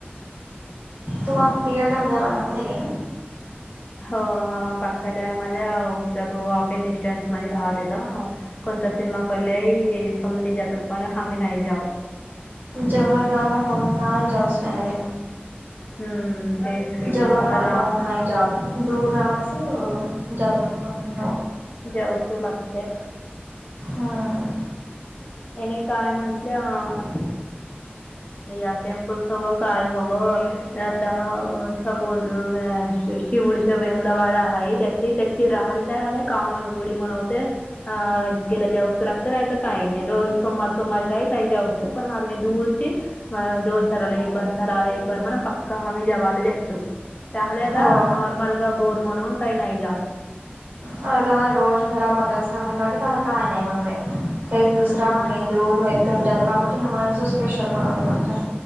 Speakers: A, on the right; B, on the left.
A: तुम्हाला थिएटर जव राहतय काी
B: ह हो हा म पकायला मझ स वॉकिंग डिस्टन्स मध्ये राहत येत. कोणता सिनेमा परल्याय समधी जातात पण आम्ही नाही जाऊ.
A: जवर आला कोणाला जाऊसयलागे
B: हम्म तेच. की
A: जबर
B: आता ना
A: कोनाई जाद दूर रलास जातात कोणी
B: जेवसू लागते.
A: हम.
B: त्याने काय म्हंटलं. या टेम्पल्स हवं काय हवं. आता सपोज शिवडीच्या वेमला वाडा आहे त्या ती त्याची राहली त्या आले कामन गुडी म्हणवते. अ गेला जाऊस लागत नाहीच काही नाही. रोज सोमवार सोमवार काही तही जाऊस पण आद ममी दूरची म दोन सरले एक बर सराले एक बर म्हण पक्कका आम्ही जेवाला देततो. चहलेद
A: हो
B: नारमल ग बोर्मोन उनाई नाही आहे जाात
A: अ रोज घरा पकलाच राहते कावट त्याला काय नाही म्हणवे हेच दुसरा
B: हम्म
A: हा म दूर न यत काबटीमे उ स्पेशल मनाव म्हन